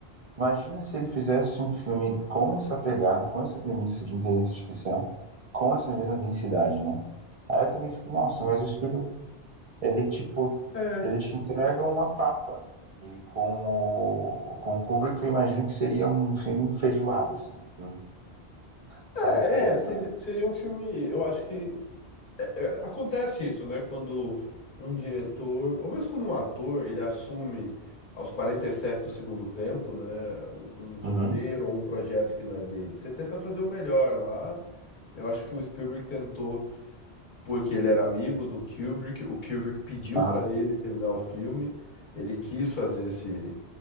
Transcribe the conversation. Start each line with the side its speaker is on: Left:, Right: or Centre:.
Right: Imagina se ele fizesse um filme com essa pegada, com essa premissa de inteligência artificial, com essa mesma densidade, né? Aí eu também fico, nossa, mas o Spielberg, ele tipo,
Left: É.
Right: ele te entrega uma papa. E com o, com o Kubrick, eu imagino que seria um filme feijoada, assim, um filme, sabe?
Left: É,
Right: Pesado.
Left: é, seria, seria um filme. Eu acho que. é, é, acontece isso, né? Quando um diretor, ou mesmo quando um ator, ele assume aos 47 do segundo tempo, né? Um, um roteiro
Right: Uhum.
Left: ou um projeto que não é dele. Você tenta fazer o melhor lá. Eu acho que o Spielberg tentou. porque ele era amigo do Kubrick, o Kubrick pediu
Right: Aham,
Left: para ele terminar o filme, ele quis fazer esse,